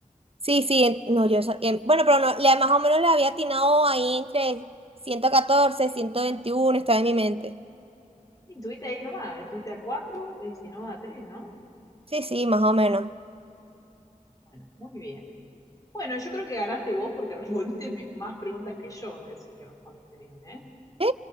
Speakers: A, on the right; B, on the left.
A: Sí, sí, en- no, yo, sa- em, bueno, pero no, le- más o menos le había atinado ahí entre ciento catorce, ciento veintiuno está en mi mente.
B: Sí, Estuviste ahí nomás, estuviste a 4 y si no a 3, ¿no?
A: Sí, sí, más o menos.
B: Bueno, muy bien. Bueno, yo creo que ganaste vos porque <laughs> respondiste me- más preguntas que yo, me parece que respondiste bien, ¿eh?
A: ¿Sí?